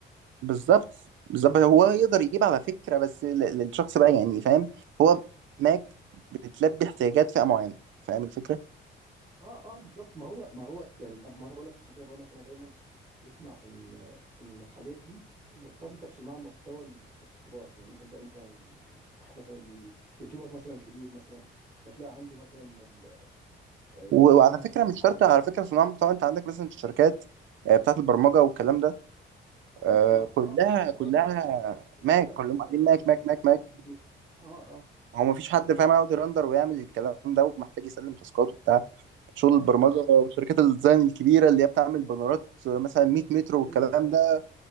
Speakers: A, on the right; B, on the right.
A: بالظبط بالظبط
B: اه
A: هو
B: اه
A: يقدر يجيب على فكره بس ل- للشخص بقى يعني فاهم هو ماك بتلبي احتياجات فئه معينه فاهم الفكره
B: اه اه بالظبط ما هو ما هو يعني ما انا بقول لك عشان كده بقول لك انا دايما تسمع ان ان الحاجات دي مرتبطه بصناع محتوى الك- الكبار يعني مثلا تلاقي مثلا واحد مثلا ي- يوتيوبر مثلا كبير مثلا فتلاقي عنده مثلا ال- آه،
A: و-
B: دايما
A: وعلى فكره مش
B: عنده
A: شرط على فكره صناع محتوى انت عندك مثلا الشركات آه، بتاعت البرمجه والكلام ده
B: اكيد
A: آه،
B: طبعا
A: كلها
B: اه اه بس انا
A: كلها
B: بقول لك يعني الحاجه
A: ماك
B: الاكثر
A: كلهم قاعدين
B: اللي
A: ماك ماك
B: اللي
A: ماك
B: ارتبطت
A: ماك
B: بيها اه اه
A: هو ما فيش حد فاهم يقعد يرندر ويعمل الكلام ده ومحتاج يسلم تاسكات وبتاع شغل
B: اه
A: البرمجه
B: اه
A: وشركات الديزاين الكبيره اللي هي بتعمل بانرات مثلا 100 متر والكلام
B: ايوه اه
A: ده